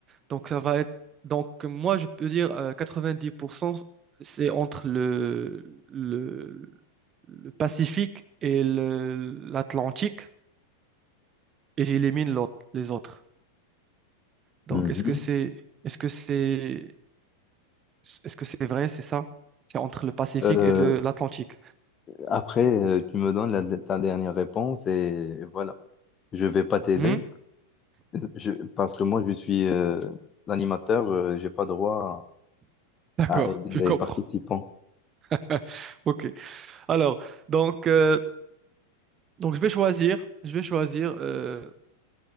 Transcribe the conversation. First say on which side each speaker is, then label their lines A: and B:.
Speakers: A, on the right; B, on the left.
A: Donc, ça va être. Donc, moi, je peux dire euh, 90%, c'est entre le, le, le Pacifique et le, l'Atlantique, et j'élimine l'autre, les autres. Donc,
B: Mhm.
A: est-ce que c'est, est-ce que c'est, est-ce que c'est vrai, c'est ça? C'est entre le Pacifique
B: Euh,
A: et le, l'Atlantique.
B: après, euh, tu me donnes la, ta dernière réponse et voilà. Je vais pas t'aider.
A: Hmm?
B: Je- parce que moi, je suis euh, l'animateur, euh, j'ai pas droit
A: D'accord,
B: à à aider les
A: je comprends.
B: participants.
A: <laughs> Ok. Alors, donc, euh, donc je vais choisir, je vais choisir. euh,